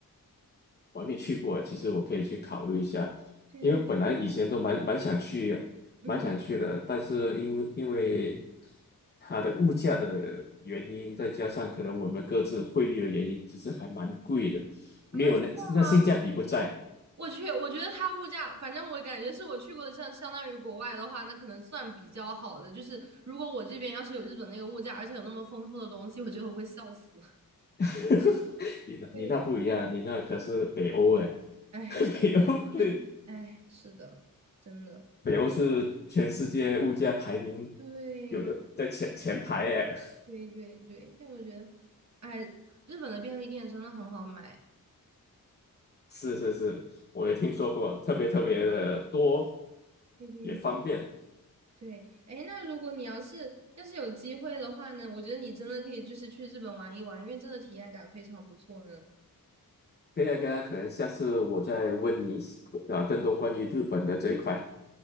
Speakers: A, on the left; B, on the right.
A: 我还没去过，其实我可以去考虑一下，
B: 对对，
A: 因为本来以前都蛮蛮想去，
B: 嗯
A: 蛮想去的，但是因为因为它的物价的原因，再加上可能我们各自汇率的原因，其实还蛮贵的，
B: 啊，
A: 没有那那性价比不在。
B: 真的吗？我去，我觉得它物价，反正我感觉是我去过的，像相当于国外的话，那可能算比较好的。就是如果我这边要是有日本那个物价，而且有那么丰富的东西，我觉得我会笑死。<laughs>
A: <laughs> 你那你那不一样，
B: 对，
A: 你那可是北欧哎，
B: 哎，
A: <laughs>
B: 是的，
A: 北欧的
B: 天，哎，是的，真的，
A: 北欧是全世界物价排名
B: 对，
A: 有的在前前排哎。
B: 嗯对对对，但我觉得，哎，日本的便利店真的很好买。
A: 是是是，我也听说过，特别特别的多，
B: 对对对，
A: 也方便。
B: 对，哎，那如果你要是要是有机会的话呢，我觉得你真的可以就是去日本玩一玩，因为真的体验感非常不错呢。
A: 这个呢可以啊可能下次我再问你啊更多关于日本的这一块。